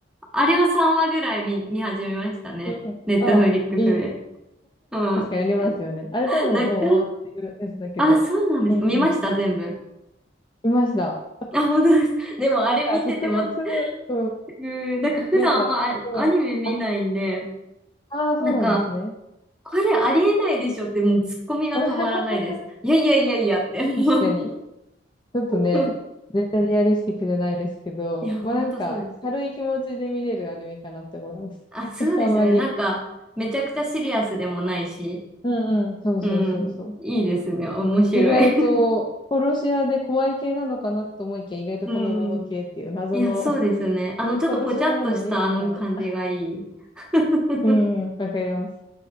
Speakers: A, in the centre; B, on the left (about 25°).
A: あれを3話ぐらい見、見始めましたね。
B: うん <laughs> うんあ、
A: ネットフリックスで。
B: うん、いい。
A: うん。
B: 確かにありますよね。
A: <laughs>
B: あれ多分もう終わってるやつだけど、
A: なんか、あ、そうなんですか。
B: うんうん。
A: 見ました、全部。
B: いました。
A: あ、本当です。でも、あれ見てても、
B: あ、特別、
A: う
B: うん、
A: ん、なんか普段あんまアアニメ見ないんで、
B: なんか、すごい。あ、ああ、そうなんですね。
A: なんか、これありえないでしょって、もうツッコミが止まらないです。
B: <laughs>
A: いやいやいやいやって、もう
B: 確かに。ちょっとね、
A: <laughs>
B: 絶対リアリスティックじゃないですけど、
A: いや、ほんとそうです。
B: まあなんか軽い気持ちで見れるアニメかなって思います。
A: あ、そうですね。
B: <laughs> あんまり。
A: なんか、めちゃくちゃシリアスでもないし、
B: うんうん。そうそうそうそう。
A: うん、いいですね。面白い
B: 意外と、
A: <laughs>
B: 殺し屋で怖い系なのかなと思いきや、意外とほのぼの系っていう謎の
A: うん。いや、そうですね。あの、
B: <laughs>
A: ちょっとぽちゃっとしたあの感じがいい。
B: 殺し屋なのにみたいな。
A: <laughs>
B: うんうん、わかります。